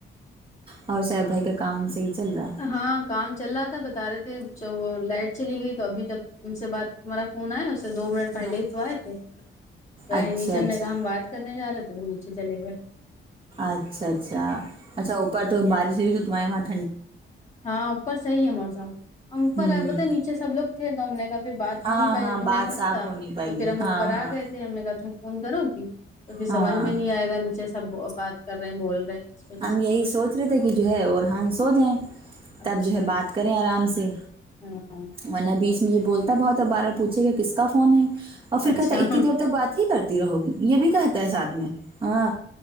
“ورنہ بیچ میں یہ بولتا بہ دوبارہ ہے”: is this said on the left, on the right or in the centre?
Right